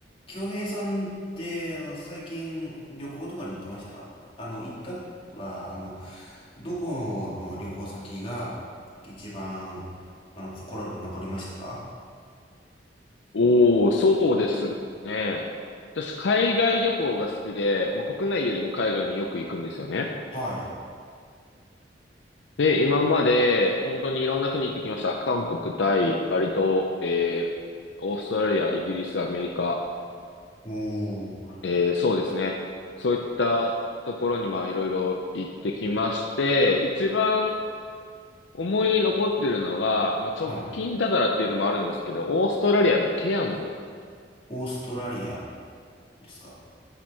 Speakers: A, on the left; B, on the left.
A: 京平さんって、あの、最近旅行とかに行きましたあの、行ったら、あの、どこの旅行先が一番、あの、心に残りましたか
B: おお、そうですね。私、海外旅行が好きで、まあ、国内よりも海外によく行くんですよね。
A: はい。
B: で、今まで本当にいろんな国行ってきました。韓国、タイ、バリ島、えー、オーストラリア、イギリス、アメリカ、
A: おー、
B: えー、そうですね。そういったところにまあいろいろ行ってきまして、一番思い出に残ってるのが、まあ、直近だからっていうのもあるんですけど、
A: はい。
B: オーストラリアのケアンズ。
A: オーストラリアですか